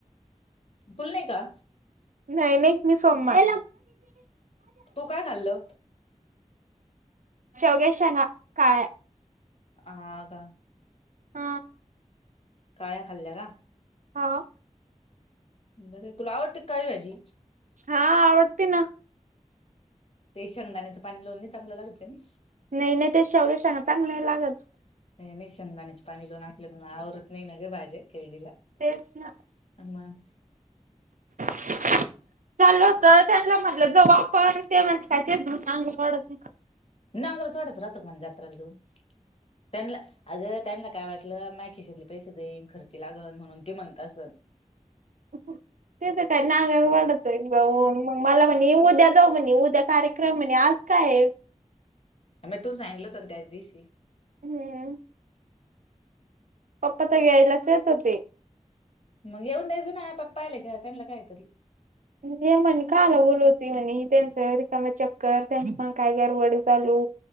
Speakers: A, on the left (about 50°); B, on the right (about 80°).
A: तुल नही का, आज?
B: नाही- नाही, मी सोमवार
A: तू काय खल्लं?
B: शेवग्याच्या शेंगा, काळ्या.
A: हा का?
B: हा.
A: काळ्या, खाल्या का?
B: हा.
A: बर, तुला आवडते क, काळी भाजी?
B: हां, आवडती ना.
A: ते शेंगदाण्याचं पाणी, लावून नही चांगलं लागतं, त्यानी?
B: नही ना, त्या शेवग्याच्या शेंगा, चांगल्या नही लागत.
A: नई-नई, शेंगदाण्याचे पाणी लावून, आपलं मं आवरत नही ना, ग भाजे केरडीला.
B: तेच ना.
A: म
B: चालल होत, त्यांनल म्हनलं, जाउ आपण, ते म्हणता <unintelligible> ते चांगल वाढत नहीं.
A: नांगरच वढायचा राहतो क, म्हना जत्राला जाऊन, त्यांनला अगं त्यांना काय वाटलं, माय खिशतले पैशे जाईन, खर्ची लागन, म्हणून ते म्हणत असल.
B: तीत काय, नांगर ओढतं जाऊन, मंग माला म्हणी उद्या जाउ म्हणी, उद्या कार्य क्रम आणि आज काय ये?
A: म्मे, तूच सांगितलंत ना, त्याच दिवशी
B: हम्म. पप्पा त घ्यायलाच, येत होते.
A: मग येऊन द्यायचं ना, पप्पाले त्योया, त्यांना कायतरी
B: ते म्हणे, काला बोलवती म्हणी, त्यांच रिकाम चक्कर, त्यांचं पण, काय गरबड चालू